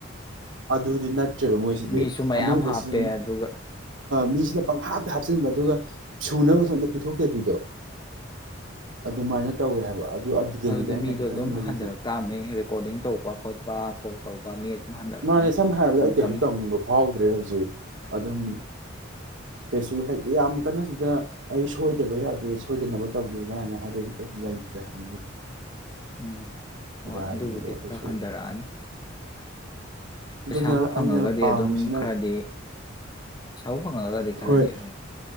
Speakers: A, on the right; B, on the left.
A: ꯑꯗꯨꯗꯤ ꯅꯠꯇ꯭ꯔꯦꯕ ꯃꯣꯏꯁꯤꯗꯤ
B: ꯃꯤꯁꯨ ꯃꯌꯥꯝ
A: ꯑꯅꯧꯕꯁꯤꯁꯨ
B: ꯍꯥꯞꯄꯦ
A: ꯑꯗꯨꯝ
B: ꯑꯗꯨꯒ
A: ꯃꯤꯁꯤꯅ ꯄꯪꯍꯥꯞꯇ ꯍꯥꯞꯆꯤꯟꯕ ꯑꯗꯨꯒ ꯁꯨꯅꯕꯁꯨ ꯑꯝꯇ ꯄꯤꯊꯣꯛꯇꯕꯤꯗꯣ ꯑꯗꯨꯃꯥꯏꯅ ꯇꯧꯋꯦ ꯍꯥꯏꯕ ꯑꯗꯨ ꯑꯗꯨꯗꯅꯤꯗ
B: ꯑꯗꯨꯗꯤ
A: ꯑꯩꯅ
B: ꯃꯤꯗꯣ
A: ꯈꯤꯇꯪ
B: ꯑꯗꯨꯝ
A: ꯃꯣꯏꯒꯤꯁꯦ
B: ꯍꯟꯊꯔꯛ ꯇꯥꯕꯅꯦ ꯔꯦꯀꯣꯔꯗꯤꯡ ꯇꯧꯕ ꯇꯧꯕ ꯈꯣꯠꯄ ꯀꯣꯜ ꯇꯧꯕ ꯃꯤ ꯍꯟꯊꯔꯛꯀꯅꯤ
A: ꯃꯥꯅꯦ ꯁꯝꯅ ꯍꯥꯏꯔꯕꯗ
B: ꯇꯞ
A: ꯑꯩ ꯀꯩꯁꯨ
B: ꯇꯞꯅ
A: ꯇꯧꯅꯤꯡꯕ ꯐꯥꯎꯗ꯭ꯔꯦ ꯍꯧꯖꯤꯛ ꯑꯗꯨꯝ ꯀꯩꯁꯨ ꯍꯦꯛ ꯌꯥꯝ ꯀꯟꯅ ꯁꯤꯗ ꯑꯩ ꯁꯣꯏꯗꯕ ꯌꯥꯗꯦ ꯁꯣꯏꯗꯅꯕ ꯇꯧꯒꯦ ꯀꯥꯏꯅ ꯍꯥꯏꯕꯒꯤ ꯄꯣꯠꯇꯣ ꯂꯩꯇ꯭ꯔꯦ ꯍꯥꯏꯕꯅꯤ
B: ꯎꯝ ꯍꯣꯏ
A: ꯍꯥꯏꯗꯨꯅꯦꯕ
B: ꯑꯗꯨꯕꯨꯗꯤ
A: ꯀꯩꯁꯨ
B: ꯈꯔ ꯍꯟꯊꯔꯛꯑꯅꯤ
A: ꯑꯗꯨꯅ
B: ꯄꯩꯁꯥꯕꯨ ꯐꯪꯉꯒꯗꯤ
A: ꯑꯩꯅ ꯄꯥꯝꯃꯤꯁꯤꯅ
B: ꯑꯗꯨꯝ ꯈꯔꯗꯤ ꯄꯩꯁꯥꯕꯨ ꯐꯪꯉꯒꯗꯤ ꯈꯔꯗꯤ
A: ꯍꯣꯏ
B: ꯑꯗꯨꯝ